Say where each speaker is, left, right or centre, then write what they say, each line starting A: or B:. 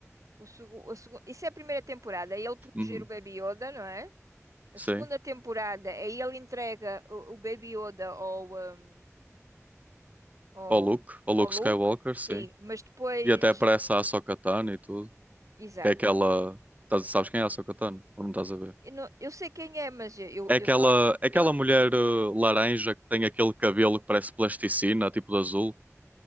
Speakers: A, on the right; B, on the right.
A: o, segu- a segu- isso é a primeira temporada, é ele proteger
B: Uhum,
A: o Baby Yoda, não é? A
B: sim.
A: segunda temporada é ele entrega o, o Baby Yoda ao, hum, ao,
B: O Luke, o Luke
A: ao Luke,
B: Skywalker,
A: sim,
B: sim.
A: mas depois,
B: E até aparece a Ahsoka Tano e tudo.
A: exato.
B: Que é aquela. Tás- Sabes quem é a Ahsoka Tano? Ou não estás a ver?
A: Eu, não- eu sei quem é, mas eu, eu
B: É aquela,
A: eu só.
B: é aquela
A: Eu,
B: mulher uh, laranja que tem aquele cabelo que parece plasticina, tipo de azul,